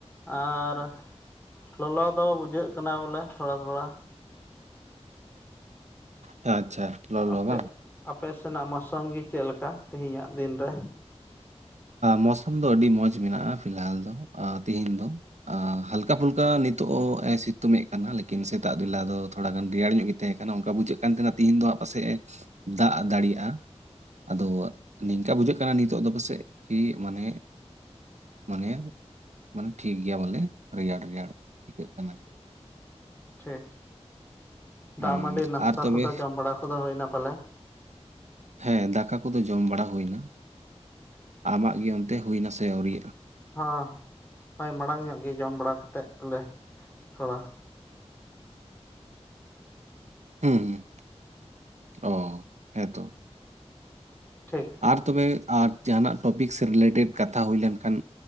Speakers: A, on the left (about 15°); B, on the right (about 85°).
A: ᱟᱨ ᱞᱚᱞᱚ ᱫᱚ ᱵᱩᱡᱷᱟᱹᱜ ᱠᱟᱱᱟ ᱵᱚᱞᱮ ᱛᱷᱚᱲᱟ ᱛᱷᱚᱲᱟ
B: ᱟᱪᱪᱷᱟ ᱞᱚᱞᱚ
A: ᱟᱯᱮ
B: ᱵᱟᱝ?
A: ᱟᱯᱮ ᱥᱮᱱᱟᱜ ᱢᱟᱥᱟᱝ ᱜᱮ ᱪᱮᱫ ᱞᱮᱠᱟ ᱛᱮᱦᱮᱧᱟᱜ ᱫᱤᱱ ᱨᱮ
B: ᱢᱚᱥᱟᱢ ᱫᱚ ᱟᱹᱰᱤ ᱢᱚᱸᱡᱽ ᱢᱮᱱᱟᱜ-ᱟ ᱯᱷᱤᱞᱦᱟᱞ ᱫᱚ ᱛᱦᱮᱧ ᱫᱚ ᱟ ᱦᱟᱞᱠᱟ ᱯᱷᱩᱞᱠᱟ ᱱᱤᱛᱚᱜ ᱮ ᱥᱤᱛᱩᱝ ᱮᱫ ᱠᱟᱱᱟ ᱞᱮᱠᱤᱱ ᱥᱮᱛᱟᱜ ᱵᱮᱞᱟ ᱫᱚ ᱛᱷᱚᱲᱟ ᱜᱟᱱ ᱨᱮᱭᱟᱲ ᱧᱚᱜ ᱜᱮ ᱛᱟᱦᱮᱸ ᱠᱟᱱᱟ ᱚᱱᱠᱟ ᱵᱩᱡᱷᱟᱹᱜ ᱠᱟᱱ ᱛᱟᱦᱮᱱᱟ ᱛᱮᱦᱤᱧ ᱫᱚ ᱦᱟᱸᱜ ᱯᱟᱥᱮᱡ ᱮ ᱫᱟᱜ ᱫᱟᱲᱮᱭᱟᱜ-ᱟ ᱟᱫᱚ ᱱᱤᱝᱠᱟ ᱵᱩᱡᱷᱟᱹᱜ ᱠᱟᱱᱟ ᱱᱤᱛᱳᱜ ᱫᱚ ᱯᱟᱥᱮᱡ ᱠᱤ ᱢᱟᱱᱮ ᱢᱟᱱᱮ ᱢᱟᱱᱮ ᱴᱷᱤᱠ ᱜᱮᱭᱟ ᱵᱚᱞᱮ ᱨᱮᱭᱟᱲ ᱨᱮᱭᱟᱲ ᱟᱹᱭᱠᱟᱹᱜ ᱠᱟᱱᱟ
A: ᱴᱷᱤᱠ
B: ᱦᱩᱸ
A: ᱫᱟᱜ ᱢᱟᱸᱰᱤ ᱱᱟᱥᱛᱟ
B: ᱟᱨ ᱛᱚᱵᱮ
A: ᱠᱚᱫᱚ ᱡᱚᱢ ᱵᱟᱲᱟ ᱠᱚᱫᱚ ᱦᱩᱭᱱᱟ ᱯᱟᱞᱮ
B: ᱦᱮᱸ ᱫᱟᱠᱟ ᱠᱚᱫᱚ ᱡᱚᱢ ᱵᱟᱲᱟ ᱦᱩᱭᱱᱟ᱾ ᱟᱢᱟᱜ ᱜᱮ ᱚᱱᱛᱮ ᱦᱩᱭᱱᱟ ᱥᱮ ᱟᱹᱣᱨᱤᱭᱟᱜ-ᱟ?
A: ᱦᱚᱸ ᱦᱳᱭ ᱢᱟᱲᱟᱝ ᱧᱚᱜ ᱜᱮ ᱡᱚᱢ ᱵᱟᱲᱟ ᱠᱟᱛᱮᱫ ᱞᱮ ᱛᱷᱚᱲᱟ,
B: ᱦᱩᱸ ᱦᱩᱸ, ᱚ ᱦᱮᱸ ᱛᱚ᱾
A: ᱴᱷᱤᱠ᱾
B: ᱟᱨ ᱛᱚᱵᱮ ᱟᱨ ᱡᱟᱦᱟᱱᱟᱜ ᱴᱚᱯᱤᱠ ᱥᱮ ᱨᱤᱞᱮᱴᱮᱰ ᱠᱟᱛᱷᱟ ᱦᱩᱭ ᱞᱮᱱ ᱠᱷᱟᱱ